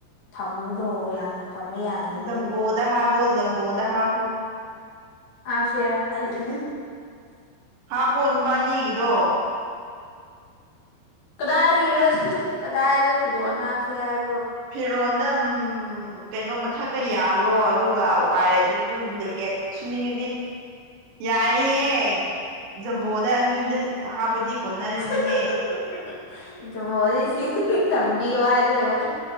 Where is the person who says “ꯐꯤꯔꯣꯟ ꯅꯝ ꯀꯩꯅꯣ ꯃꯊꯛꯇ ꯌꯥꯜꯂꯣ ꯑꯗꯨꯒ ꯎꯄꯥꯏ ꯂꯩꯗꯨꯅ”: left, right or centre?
Right